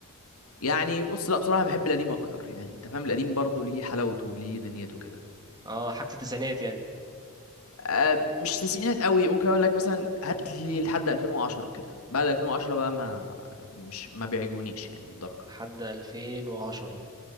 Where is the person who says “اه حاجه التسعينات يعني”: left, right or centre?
Right